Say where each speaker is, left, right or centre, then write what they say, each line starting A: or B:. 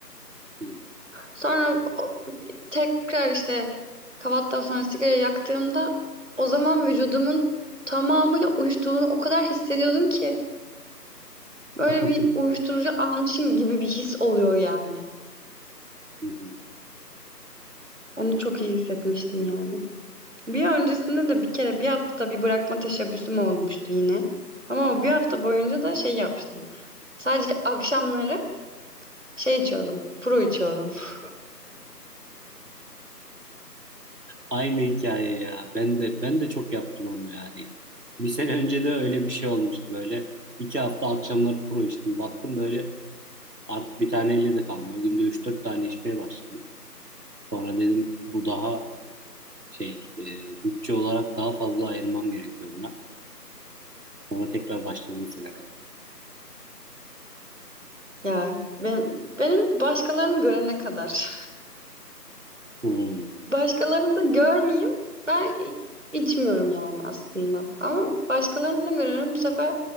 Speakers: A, on the right; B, on the right.
A: hı hı,
B: Sonra tekrar işte kahvaltıdan sonra sigara yaktığımda o zaman vücudumun tamamıyla uyuştuğunu o kadar hissediyordum ki böyle
A: hı
B: bir
A: <laughs>
B: uyuşturucu almışım gibi bir his oluyor yani.
A: hı, hı <laughs> hı.
B: Onu çok iyi hissetmiştim yani. Bir öncesinde de bir kere bir hafta bir bırakma teşebbüsüm olmuştu yine. Ama o bir hafta boyunca da şey yapmıştım. Sadece akşamları şey içiyordum. Pro içiyordum. <laughs>
A: Aynı hikaye ya. Ben de ben de çok yaptım onu yani. Bir sene önce de öyle bir şey olmuştu böyle. iki hafta akşamları pro içtim. Baktım böyle artık bir tane elle de kalmıyor. Günde 3-4 tane içmeye başladım. Sonra dedim bu daha şey e, bütçe olarak daha fazla ayırmam gerekiyor buna. Sonra tekrar başladım sigaraya.
B: Ya benim, benim başkalarını görene kadar.
A: Hmm.
B: Başkalarını da görmeyeyim. Ben i- içmiyorum yani aslında. Ama başkalarını da görüyorum. Bu sefer